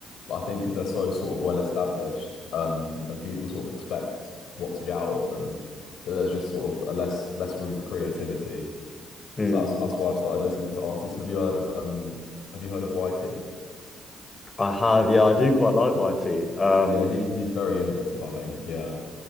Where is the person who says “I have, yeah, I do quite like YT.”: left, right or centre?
Left